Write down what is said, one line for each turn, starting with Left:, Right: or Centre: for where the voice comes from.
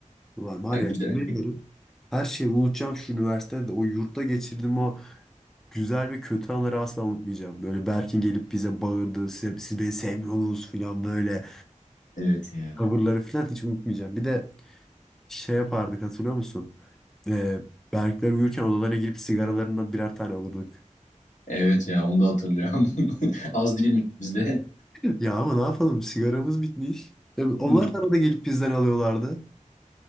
Centre: Ulan var
Left: Ya
Centre: ya
Left: güzel.
Centre: yemin ederim her şeyi unutacağım şu üniversitede O yurtta geçirdiğim o güzel ve kötü anları asla unutmayacağım. Böyle Berk'in gelip bize bağırdı. Siz, siz beni sevmiyorsunuz falan böyle.
Left: Evet ya.
Centre: Tavırları falan hiç unutmayacağım. Bir de şey yapardık hatırlıyor musun? E, Berkler uyurken odalarına girip sigaralarından birer tane alırdık.
Left: Evet ya onu da hatırlıyorum. <laughs> Az değilmiş bizde.
Centre: Ya ama ne yapalım sigaramız bitmiş. Tabii onlar
Left: Hı. <laughs>
Centre: da arada gelip bizden alıyorlardı.